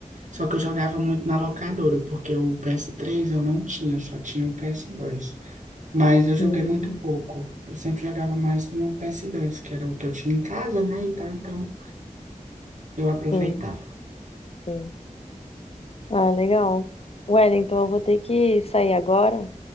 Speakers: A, on the right; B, on the left.
A: Só que eu jogava muito na locadora, porque o PS3 eu não tinha, eu só tinha o PS2. Mas eu joguei
B: Hum,
A: muito pouco. Eu sempre jogava mais no PS2, que era o que eu tinha em casa, né? E tal, então eu aproveitava.
B: sim, sim. Ah, legal. Wellington, eu vou ter que sair agora,